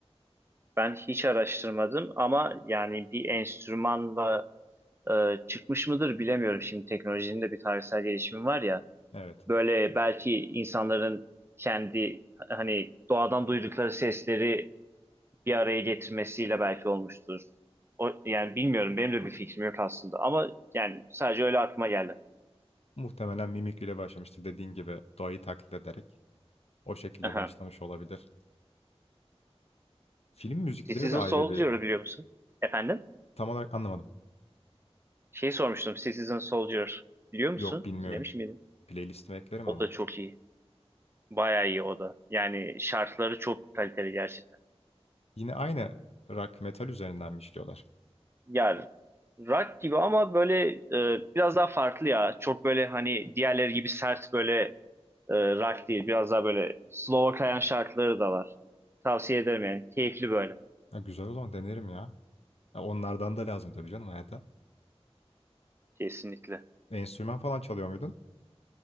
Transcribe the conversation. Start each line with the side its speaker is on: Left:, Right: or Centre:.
Right: Ben hiç araştırmadım ama yani bir enstrümanla e, çıkmış mıdır bilemiyorum. Şimdi teknolojinin de bir tarihsel gelişimi var ya.
Left: Evet.
Right: Böyle belki insanların kendi hani doğadan duydukları sesleri bir araya getirmesiyle belki olmuştur. O, yani bilmiyorum benim de bir fikrim yok aslında ama yani sadece öyle aklıma geldi.
Left: Muhtemelen mimikriyle başlamıştır dediğin gibi doğayı taklit ederek. O şekilde
Right: Aha.
Left: başlamış olabilir. Film müzikleri
Right: Citizen
Left: de ayrı
Right: Soldier'ı
Left: bir
Right: biliyor musun? Efendim?
Left: tam olarak anlamadım.
Right: Şey sormuştum Citizen Soldier biliyor musun?
Left: Yok bilmiyorum.
Right: Dinlemiş miydin?
Left: Playlistime eklerim
Right: O
Left: ama.
Right: da çok iyi. Bayağı iyi o da. Yani şartları çok kaliteli gerçekten.
Left: Yine aynı rock metal üzerinden mi işliyorlar?
Right: Yani rock gibi ama böyle e, biraz daha farklı ya. Çok böyle hani diğerleri gibi sert böyle e, rock değil. Biraz daha böyle slow'a kayan şarkıları da var. Tavsiye ederim yani. Keyifli böyle.
Left: Ha, güzel o zaman denerim ya. Ha, onlardan da lazım tabii canım hayata.
Right: Kesinlikle.
Left: Enstrüman falan çalıyor muydun?